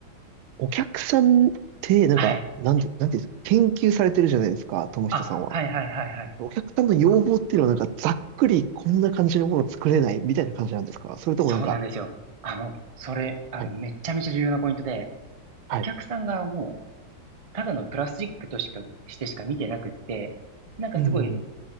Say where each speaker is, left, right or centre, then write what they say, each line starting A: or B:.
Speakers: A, on the right; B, on the right.
A: お客さんって、なんか、
B: はい。
A: なんで、なんていうんですか、研究されてるじゃないですか、友人さんは。
B: あ、はいはいはいはい。
A: お客さんの要望っていうのは、なんか、ざっくりこんな感じのものを作れないみたいな感じなんですかそれともなんか、
B: そうなんですよ。あの、それ、あの、
A: はい、
B: めっちゃめちゃ重要なポイントで、
A: はい、
B: お客さんがもう、ただのプラスチックとしか、してしか見てなくって、なんかすごい、
A: うん、うん